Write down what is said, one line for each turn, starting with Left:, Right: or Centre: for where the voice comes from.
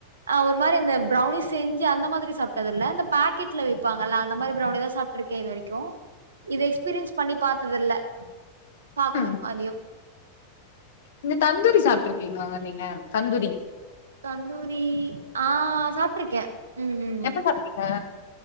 Right: ஒரு மாரி இந்த பிரௌனி செஞ்சு அந்த மாதிரி சாப்ட்டதில்ல இந்த பேக்கெட்ல விப்பாங்கல்ல அந்த மாரி பிரௌனிதா சாப் ட்ருக்கே இது வரைக்கு இது எக்ஸ்பீரியன்ஸ் பண்ணி பாத்ததில்ல பாக்கணு
Left: ம்
Right: அதயு
Left: இந்த தந்தூரி சாப்ட்ருக்கீங்களாங்க நீங்க தந்தூரி
Right: தந்தூரி ஆ சாப்ட்ருக்கே ம் ம்
Left: எப்ப சாப்ட்டீங்க